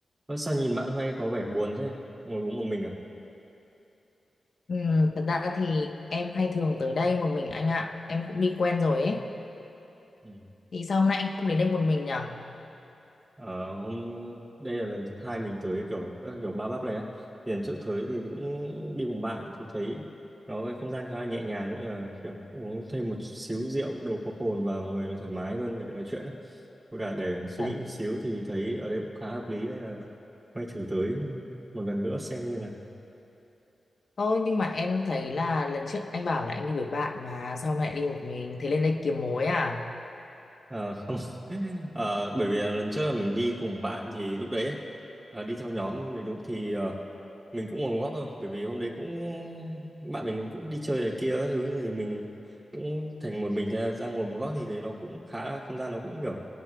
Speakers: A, on the right; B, on the left.
A: Ơ, Sao nhìn bạn hay có vẻ buồn thế? Ngồi uống một mình à?
B: Ừ, thật ra thì em hay thường tới đây một mình anh ạ Em cũng đi quen rồi ấy
A: Ừ.
B: Thì sao hôm nay anh cũng đến đây một mình nhở
A: Ờ, hôm đây là lần thứ hai mình tới kiểu các kiểu ba bắp này ấy. Thì lần trước tới thì cũng đi cùng bạn thì thấy nó cái không gian khá là nhẹ nhàng cũng như là kiểu uống thêm một xíu rượu đồ có cồn vào người nó thoải mái hơn để nói chuyện ấy. Với cả để suy
B: Phải-
A: nghĩ một xíu thì thấy ở đây cũng khá hợp lý nên là may thử tới một lần nữa xem như nào.
B: Thôi nhưng mà em thấy là lần trước anh bảo là anh đi với bạn Mà sao hôm nay lại đi một mình Thế lên đây kiếm mối à
A: Ờ, không <laughs> Ờ, bởi vì là lần trước là mình đi cùng bạn thì lúc đấy ấy, à, đi theo nhóm thì đúng thì ờ, mình cũng ngồi một góc thôi bởi vì hôm đấy cũng bạn mình cũng đi chơi này kia các thứ thì mình cũng thành một mình ra, ra ngồi một góc thì thấy nó cũng khá là không gian nó cũng kiểu